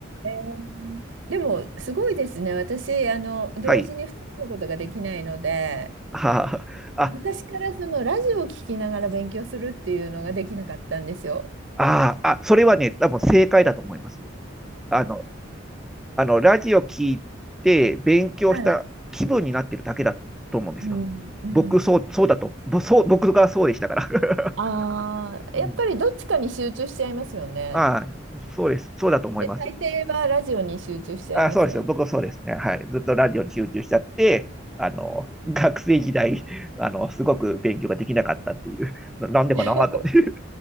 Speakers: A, on the right; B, in the centre.
A: えー、でも、すごいですね。私、あの、同時に2つのことができないので、
B: はい。はあ、あ、
A: 昔からそのラジオを聞きながら勉強するっていうのができなかったんですよ。
B: ああ、あ、それはね、多分正解だと思います。あの、あの、ラジオ聞いて勉強した気分になってるだけだと思うんですよ。
A: はい。うん、うん。
B: 僕、そう、そうだと、ぼそう、僕がそうでしたから。<laughs>
A: ああ、
B: うん。
A: やっぱりどっちかに集中しちゃいますよね。
B: <laughs> ああ、そうです。そうだと思います。
A: で、大抵はラジオに集中しちゃいますよね。
B: ああ、そうですよ。僕はそうですね。はい。ずっとラジオに集中しちゃって、あの、学生時代、あの、すごく勉強ができなかったっていう、な、なんでかなと思って、
A: <laughs>